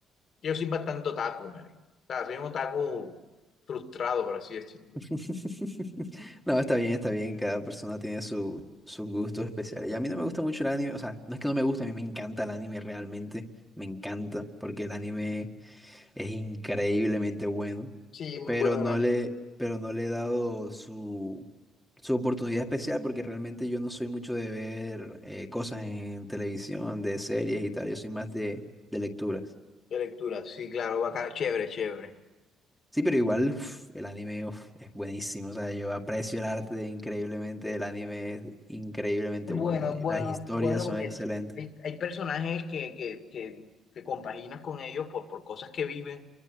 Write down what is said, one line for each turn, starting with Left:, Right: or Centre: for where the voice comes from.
Left: Yo soy bastante otaku, Mary. O sea, soy un otaku frustrado, por así decirlo.
Centre: <laughs> No, está bien, está bien. Cada persona tiene su, sus gustos especiales. Y a mí no me gusta mucho el anime. O sea, no es que no me guste, a mí me encanta el anime realmente. Me encanta, porque el anime es increíblemente bueno.
Left: Sí, muy
Centre: Pero
Left: bueno
Centre: no
Left: el anime.
Centre: le, pero no le he dado su, su oportunidad especial, porque realmente yo no soy mucho de ver eh, cosas en televisión, de series y tal. Yo soy más de, de lecturas.
Left: De lectura, sí, claro, bacán, chévere, chévere.
Centre: Sí, pero igual uf, el anime uf, es buenísimo. O sea, yo aprecio el arte increíblemente. El anime es increíblemente
Left: Es
Centre: bueno.
Left: bueno, es
Centre: Y
Left: bueno,
Centre: las historias
Left: es bueno
Centre: son
Left: porque
Centre: excelentes.
Left: hay, hay personajes que, que, que, que compaginas con ellos por, por cosas que viven,